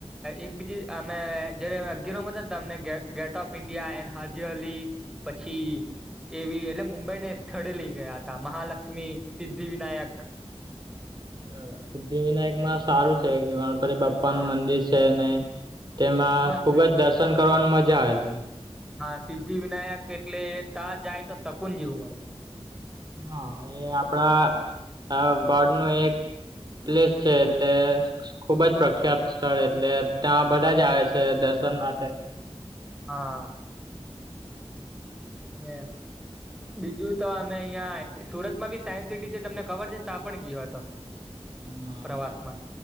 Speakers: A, in the centre; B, on the right.
A: એક બીજી અમે જેરે અગિયારમાં હતાત અમને ઘે. ગેટ ઓફ ઇન્ડિયા એન હાજીઅલી પછી એવી એટલે મુંબઈને એક સ્થળે લઈ ગયા હતા. મહાલક્ષ્મી, સિદ્ધિ વિનાયક
B: બરાબર સિદ્ધિ વિનાયકમાં સારું છે ગણપતી બાપ્પાનુ
A: હા
B: મંદિર છેને.. તેમાં
A: મસ્ત
B: ખુબ જ
A: છે.
B: દર્શન કરવાનું મજા આવે છે.
A: હા. સિદ્ધિ વિનાયક એટલે તાં જાય તો શકુન જેવું મળે.
B: હા એ આપડા અ ગોડનું એક. પ્લેસ છે એટલે. ખુબ જ પ્રખ્યાત સ્થળ એટલે તાં બધા જ આવે છે દર્શન માટે.
A: હા. એમ. બીજું તો અમે અહીયાં સુરતમાં બી સાયન્સસિટી છે તમને ખબર છે તાં પણ ગ્યો હતો.
B: હા.
A: પ્રવાસમાં